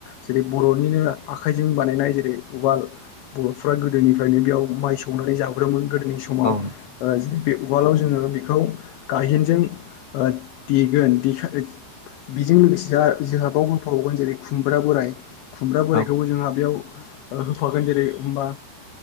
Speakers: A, on the left; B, on the left.
A: जेरै बर'निनो आखायजों बानायनाय जेरै उवाल बर'फोरा गोदोनि फ्रायनो बेयाव माय सौ नानै जाबोदोंमोन गोदोनि समाव
B: औ
A: ओ
B: नोंथां
A: जेरै बे उवालाव जोङो बेखौ गाहेनजों ओ देगोन देखान बेजों लोगोसेहा जोंहाबाव होफावगोन जेरै खुमब्रा बोराय खुमब्रा
B: औ
A: बोरायखौबो जोंहा बेयाव ओ होफागोन जेरै बा